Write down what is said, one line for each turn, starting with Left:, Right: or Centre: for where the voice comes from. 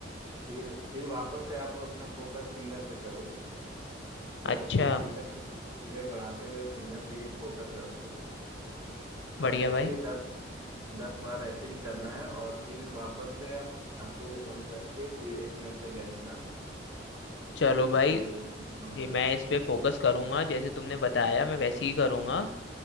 Right: फिर फिर वापस से आप अपना फोकस फिंगर पे करोगे फिर
Left: अच्छा
Right: अपना फिंगर को धीरे धीरे बढ़ाते हुए फिंगर पे ही फोकस रखोगे तो
Left: बढ़िया
Right: ऐसे
Left: भाई
Right: ही दस दस बार ऐसे ही करना है और फिर वापस से आप आंखों को बंद करके फिर एक मिनट तक गहरी सांस लोगे
Left: चलो भाई
Right: तो इतना होता
Left: जी मैं
Right: है
Left: इस पे फोकस करूंगा जैसे तुमने बताया मैं वैसे ही करूंगा